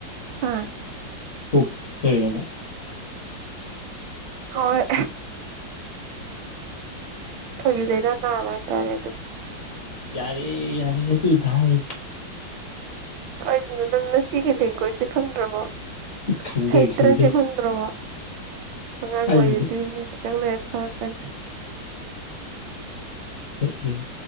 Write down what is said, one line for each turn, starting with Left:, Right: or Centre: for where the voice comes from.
Right: ꯍꯥ
Left: ꯍ ꯁꯣꯏꯔꯃ <unintelligible>
Right: ꯍꯣꯏ ꯊꯣꯏꯕꯤ ꯂꯩꯥꯅꯥ ꯅꯥꯕ ꯍꯥꯏꯇꯥꯔꯦ ꯑꯗꯨ
Left: ꯌꯥꯔꯦ ꯌꯥꯔꯦ ꯑꯗꯨ ꯍꯥꯏ
Right: ꯀꯔꯤꯒꯤꯅꯣ ꯅꯪꯅ ꯁꯤꯒꯤ ꯂꯦꯡꯒ꯭ꯋꯦꯖꯁꯦ ꯈꯪꯗ꯭ꯔꯕꯣ
Left: ꯈꯪꯖꯩ
Right: ꯁꯥꯍꯤꯇ꯭ꯔꯁꯦ
Left: ꯈꯪꯖꯩ
Right: ꯈꯪꯗ꯭ꯔꯕꯣ ꯑꯉꯥꯡ
Left: ꯑꯩꯗꯨꯁꯨ
Right: ꯑꯣꯏꯒꯗꯣꯏꯅꯦ ꯈꯤꯇꯪ ꯂꯩꯔ ꯐꯔꯛꯀꯅꯤ
Left: ꯎꯝ ꯎꯝ